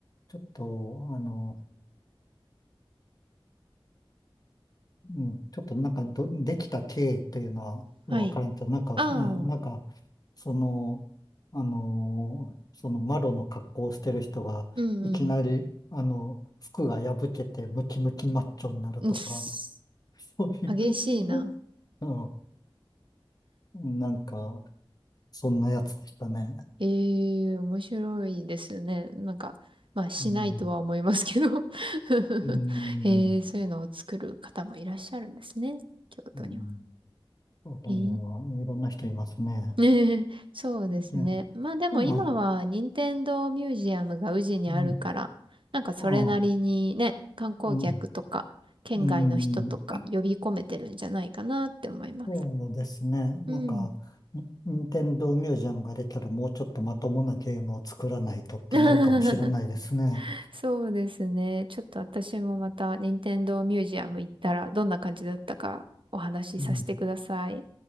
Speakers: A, on the left; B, on the right.
A: ちょっと、あの、うん、ちょっとなんかど、できた経緯というのは分からんけど、
B: はい。
A: なんかね、
B: ああ、
A: なんか、その、あのーそのマロの格好をしてる人が、
B: うんうん。
A: いきなり、あの、服が破けてムキムキマッチョになるとか、
B: うん <laughs>
A: <laughs> そういう、
B: 激しいな。
A: うん、なんか、そんなやつでしたね。
B: ええ、面白いですね。なんか、まあ、しないとは思いますけど
A: うん、
B: <laughs>
A: うん、
B: ええ、そういうのを作る方もいらっしゃるんですね。京都には。
A: うん、そうだね、
B: ええ、
A: いろんな人いますね。
B: <laughs> ねえそうですね。
A: で、
B: まあでも今は、
A: まあ、
B: 任天堂ミュージアムが宇治にあるから、
A: うん、
B: なんかそれなりにね、
A: ああ、
B: 観光客とか、
A: うん、
B: 県外の人とか呼び込めてるんじゃないかなって思います。
A: うん。そうですね。なんか、
B: うん。
A: ニンテンドーミュージアムが出たらもうちょっとまともなゲームを作らないとってなるかもしれないですね。
B: <laughs> <laughs> そうですね。ちょっと私もまた、任天堂ミュージアム行ったら、どんな感じだったかお話しさせてください。
A: うん